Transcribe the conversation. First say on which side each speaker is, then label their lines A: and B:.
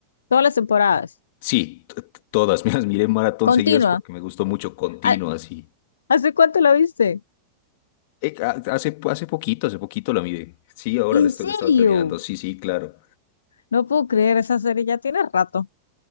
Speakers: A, on the left; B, on the left.
A: todas las temporadas.
B: sí, t- t- todas, <laughs> me las miré en maratón
A: Continua.
B: seguidas porque me gustó mucho, continua,
A: ¿Ha-
B: así.
A: ¿Hace cuánto la viste?
B: Eh, a- hace, hace poquito, hace poquito la miré, sí, ahora
A: ¿En
B: la estoy,
A: serio?
B: la estaba terminando, sí, sí, claro.
A: No puedo creer, esa serie ya tiene rato.